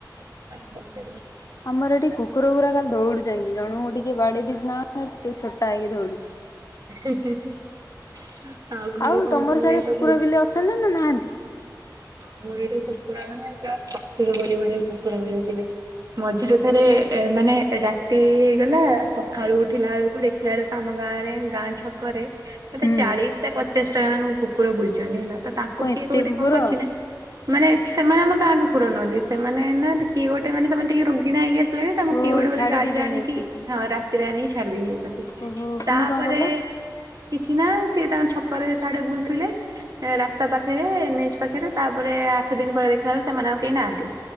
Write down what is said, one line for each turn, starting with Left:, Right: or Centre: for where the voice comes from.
Right: କଣ କରିପାରିବି।
Left: ଆମର ଏଠି କୁକୁର ଗୁରା ଖାଲି ଦଉଡୁଛନ୍ତି ଜଣଙ୍କୁଁ ଟିକେ ବାଡେଇ ଦେଇଛି ନା କଣ ଟିକେ ଛୋଟା ହେଇକି ଦଉଡୁଛି।
Right: <inaudible>
Left: ଆଉ
Right: ସମସ୍ତଙ୍କ
Left: ତମର ସାର
Right: ଦେହ ପା
Left: କୁକୁର
Right: ଭଲ
Left: ବିଲେ ଅଛନ୍ତି ନା ନାହାନ୍ତି।
Right: ଆମର ଏଠି କୁକୁର କା ମେଞ୍ଚା ଚତୁର କୁକୁର ମନେ ଯିବେ। ମଝିରେ ଥରେ ଏ ମାନେ ରାତି ହେଇଗଲା ସକାଳୁ ଉଠିଲା ବେଳକୁ ଦେଖିଲା ବେଳକୁ ଆମ ଗାଁରେ ଗାଁ ଛକରେ ମତେ
Left: ହୁଁ
Right: ଚାଳିଶି ଟା ପଚାଶ ଟ ଯାଙ୍କୁ କୁକୁର ବୁଲୁଚନ୍ତି ହେଲା। ତ ତାକୁ
Left: କଣ ଏତେ
Right: କିଏ କୋଉ ଗୋଟ
Left: କୁକୁର
Right: କଣ କର ଚିନା ମାନେ ସେମାନେ ଆମ ଗାଁ କୁକୁର ନୁହନ୍ତି ସେମାନେ ନା କିଏ ଗୋଟେ ମାନ ସେମାନେ ଟିକେ ରୋଗୀନା ହେଇକି ଆସି ତାଙ୍କୁ
Left: ଓ
Right: ପି ଗୋଟେ ବ
Left: ଛାଡି
Right: ଗାଡିରେ
Left: ଦେଇଛନ୍ତି
Right: ଆଣିକି
Left: ଆସିକି।
Right: ହଁ ରାତିରେ ଆଣିକି ଛାଡି ଦେଇ ଯାଉଛନ୍ତି
Left: ଓହୋ ପୁଣି
Right: ତାପରେ
Left: କଣ କଲ
Right: କିଛି ନା ସଏ ତାଙ୍କ ଛକରେ ସଆଡେ ବୁଲଥିଲେ ରାସ୍ତା ପାଖରେ ଏ ପାଖରେ ତାପରେ ଆଠ ଦିନ ପରେ ଦେଖିବାରୁ ସେମାନେ ଆଉ କେହି ନାହାନ୍ତି